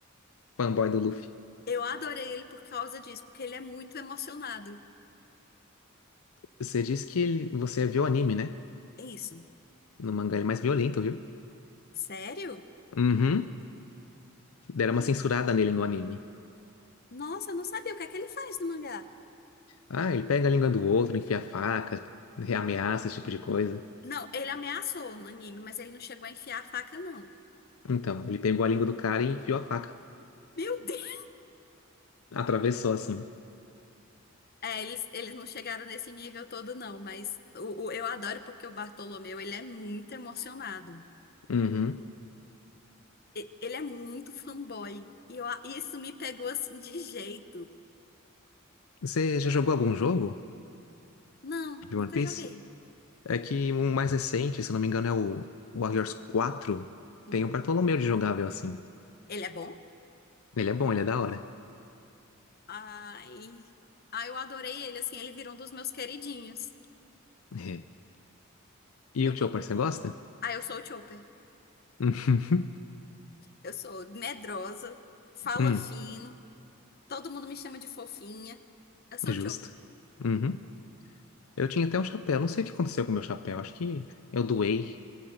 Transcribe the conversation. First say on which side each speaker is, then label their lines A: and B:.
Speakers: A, on the left; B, on the left.
A: Fanboy do Luffy.
B: Eu adorei ele por causa disso, porque ele é muito emocionado.
A: Você disse que ele... você viu o anime, né?
B: É isso.
A: No mangá ele é mais violento, viu?
B: Sério?
A: Uhum. Deram
B: N-
A: uma censurada nele no anime.
B: Nossa, eu não sabia o que é que ele faz no mangá.
A: Ah, ele pega a língua do outro, enfia a faca, ameaça, esse tipo de coisa.
B: Não, ele ameaçou no anime, mas ele não chegou a enfiar a faca, não.
A: Então, ele pegou a língua do cara e enfiou a faca.
B: Meu Deus!
A: Atravessou assim.
B: É, eles, eles não chegaram nesse nível todo, não, mas o, o- eu adoro porque o Bartolomeu, ele é muito emocionado.
A: Uhum.
B: E- Ele é muito fanboy. E eu a- isso me pegou assim de jeito.
A: Você já jogou algum jogo
B: Não,
A: de
B: nunca
A: One Piece?
B: joguei.
A: É que o mais recente, se eu não me engano, é o Warriors 4.
B: Hum.
A: Tem o Bartolomeu de jogável assim.
B: Ele é bom?
A: Ele é bom, ele é da hora.
B: Ai. Ai, eu adorei ele, assim, ele virou um dos meus queridinhos.
A: <laughs> É. E
B: Eu,
A: o
B: go-
A: tio parceiro gosta?
B: ah, eu sou o Chopper.
A: <laughs>
B: Eu sou medrosa, fala
A: Hum,
B: fino, todo mundo me chama de fofinha. Eu sou
A: justo.
B: o Chopper.
A: Uhum. Eu tinha até um chapéu, não sei o que aconteceu com o meu chapéu, acho que eu doei.